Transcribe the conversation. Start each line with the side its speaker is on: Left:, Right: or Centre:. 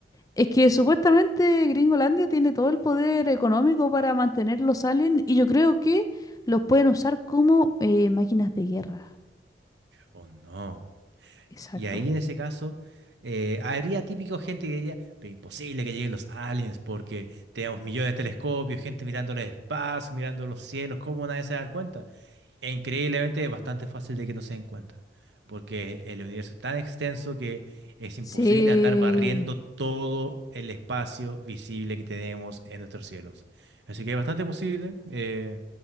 Left: es que supuestamente Gringolandia tiene todo el poder económico para mantener los aliens y yo creo que los pueden usar como eh, máquinas de guerra.
Right: ¡Oh no!
Left: Exacto.
Right: Y ahí en ese caso, eh, habría típico gente que diría, pero imposible que lleguen los aliens porque tenemos millones de telescopios, gente mirando el espacio, mirando los cielos, ¿cómo nadie se va a dar cuenta? E increíblemente es bastante fácil de que no se den cuenta, porque el universo es tan extenso que es imposible
Left: Sí,
Right: andar barriendo todo el espacio visible que tenemos en nuestros cielos. Así que es bastante posible, eh,